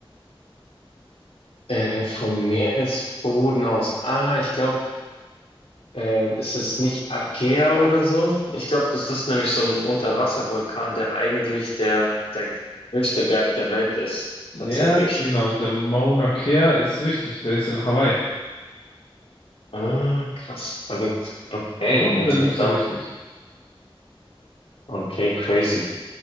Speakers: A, on the left; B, on the left.
A: Äh, vom Meeresboden aus. Ah, ich glaube, äh, ist es nicht Aegea oder so? Ich glaube, das ist nämlich so ein Unterwasservulkan, der eigentlich der, der höchste Berg der Welt ist,
B: Ja,
A: tatsächlich.
B: genau, der Mauna Kea ist richtig, der ist in Hawaii.
A: Ah, krass, verrückt. Okay,
B: Aber
A: interessant.
B: da liegst du richtig.
A: Okay, crazy.